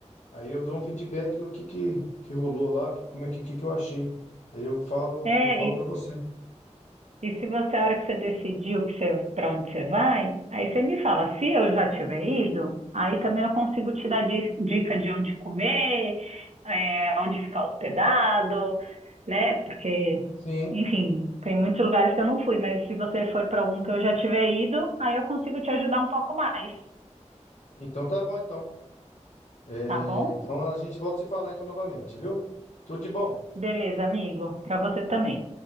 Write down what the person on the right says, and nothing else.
é.
E,
e se você, a hora que você decidiu que você, para onde você vai, aí você me fala, se eu já tiver ido, aí também eu consigo te dar di- dica de onde comer, é, onde ficar hospedado, né? Porque,
enfim, tem muitos lugares que eu não fui, mas se você for para algum que eu já tiver ido, aí eu consigo te ajudar um pouco mais,
tá bom?
Beleza, amigo. Para você também.